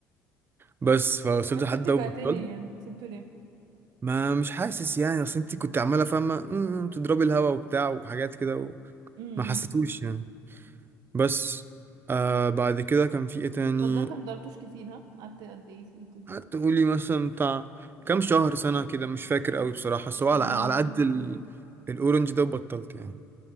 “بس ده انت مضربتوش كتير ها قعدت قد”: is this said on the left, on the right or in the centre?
Right